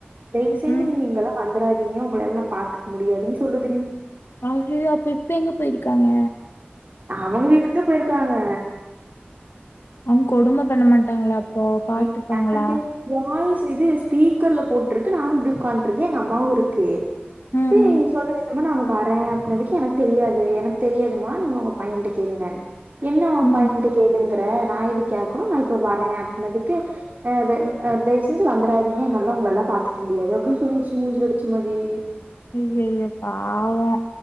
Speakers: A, on the right; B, on the left.
A: தயவு செஞ்சு
B: ம்
A: நீங்க இங்கெல்லா வந்துராத் னியு உங்களல்ல நா பாத்க் முடியாதுன்னு சொல்லுதுடி
B: அய்யய்யோ அப்ப இப்ப எங்க போய்ருக்காங்க
A: அவங்க வீட்டுக்கு தா போய்ருக்காங்க
B: அங் கொடும பண்ண மாட்டாங்களா அப்போ
A: <inaudible>
B: பாத்துப்பாங்களா
A: வாய்ஸ் இது ஸ்பீக்கர்ல போட்ருக்கு நானு இப்டி உக்காண்ட்ருக்கே எங் அம்மாவு இ ருக்கே
B: ம்
A: பீ சொல்லுது மா நாங்க வரே அப்டினதுக்கு எனக்கு தெரியாது எனக்கு தெரியாதுமா நீங்க உங்க பையன்ட்ட கேளுங்கன் என்ன உன்
B: ம்
A: பையன்ட்ட கேளுங்கற நாயதுக் கேக்கணு நா இப்போ வறே அப்பினதுக்கு அது ம் அ தயவு செஞ்சு வந்துராதீங்க என்னல்லா உங்களல்லா பாத்துக்க முடியாது அப்டி சொல்லிடுச்சு மூஞ்சு அடிச்ச மதி
B: அயய்யோ பாவோ